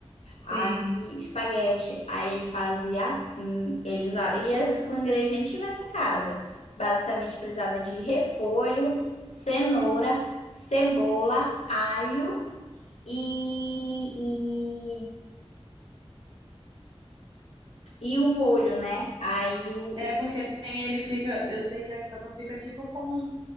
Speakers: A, on the right; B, on the left.
A: sim.
B: Aí, espaguete. Aí ele fazia assim, ele usava, e às vezes com o ingrediente que tivesse em casa. Basicamente precisava de repolho, cenoura, cebola, alho e, e, e o molho, né? Aí o,
A: É
B: o-
A: porque tem ele fica, eu sei que a sopa fica tipo com um,